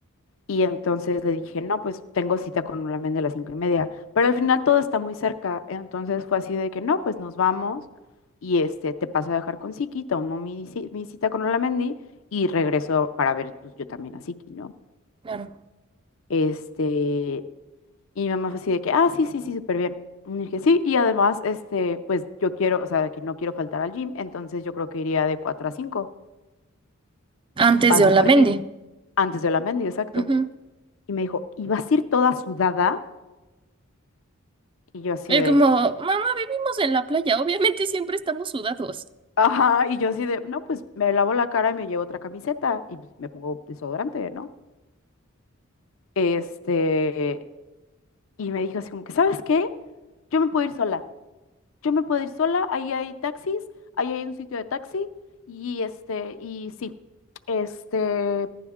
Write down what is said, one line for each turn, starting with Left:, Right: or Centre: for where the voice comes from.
Left: Y entonces le dije, no, pues tengo cita con la men de las cinco y media. Pero al final todo está muy cerca. Entonces fue así de que no, pues nos vamos y este, te paso a dejar con Siki, tomo mi, ci- mi cita con Olamendi y regreso para ver pues, yo también a Siki, ¿no?
Right: claro.
Left: Este, y mi mamá fue así de que, ah, sí, sí, sí, súper bien. Y dije, sí, y además, este, pues yo quiero, o sea, que no quiero faltar al gym, entonces yo creo que iría de 4 a cinco
Right: Antes
Left: Paso
Right: de Olamendi.
Left: por ti antes de Olamendi, exacto.
Right: Ujú.
Left: Y me dijo, ¿y vas a ir toda sudada? Y yo así
Right: Es
Left: de,
Right: como, mamá, vivimos en la playa. Obviamente siempre estamos sudados.
Left: Ajá, y yo así de, no, pues me lavo la cara y me llevo otra camiseta y pues, me pongo desodorante, ¿no? Este, y me dijo así como que, ¿sabes qué? Yo me puedo ir sola. Yo me puedo ir sola, ahí hay taxis, ahí hay un sitio de taxi y este, y sí, este,